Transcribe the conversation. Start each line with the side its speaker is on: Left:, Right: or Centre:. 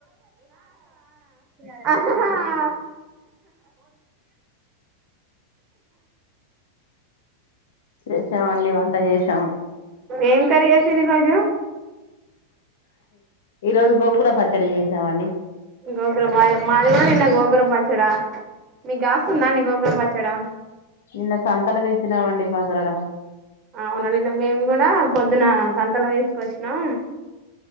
Right: <unintelligible> ఆ
Left: చేశామండి వంట చేస్
Right: ఏం కర్రీ చేస్సిర్రు ఈరోజు
Left: ఈ రోజు గోంగూర పచ్చడి చేసామండి
Right: గోంగూర మాయం మాది కూడా నిన్న గోంగూర పచ్చడా మీకు కాస్తుందా అండి గోంగూర పచ్చడా
Left: నిన్న సంతల తెచ్చినామండి పసరాడ
Right: అవున నిన్న మేము కూడా పొద్దున సంతల వేస్ కొచ్చినం